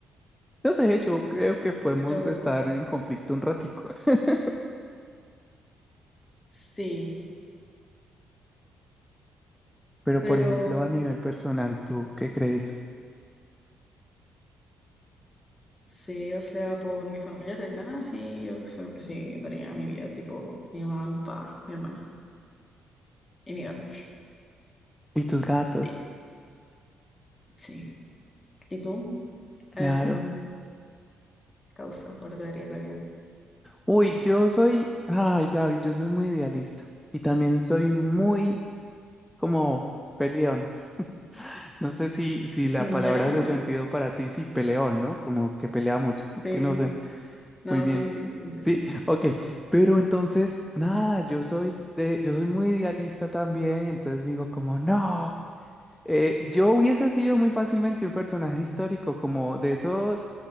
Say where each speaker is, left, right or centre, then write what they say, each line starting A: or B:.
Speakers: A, in the centre; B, on the left (about 25°).
A: No sé, yo creo que podemos
B: pero
A: estar en conflicto un ratico. <laughs>
B: sí,
A: Pero,
B: pero
A: por ejemplo, a nivel personal, ¿tú qué crees?
B: sí, o sea, por mi familia cercana, sí, yo creo que sí, daría mi vida, tipo mi mamá, mi papá, mi hermana y mi gato.
A: ¿Y tus gatos?
B: Sí, sí. ¿Y tú?
A: Claro.
B: ¿Hay alguna causa por la que darías la vida?
A: Uy, yo soy, ay, Gaby, yo soy muy idealista. Y también soy muy como peleón. No sé si, si la palabra
B: ¿Ya?
A: hace sentido para ti, si peleón, ¿no? Como que pelea mucho. Es
B: Sí,
A: que no sé
B: no,
A: muy bien.
B: sí, sí, sí, entiendo.
A: Sí, <laughs> ok. Pero entonces, nada, yo soy de, yo soy muy idealista también, y entonces digo como, no. Eh, yo hubiese sido muy fácilmente un personaje histórico, como de esos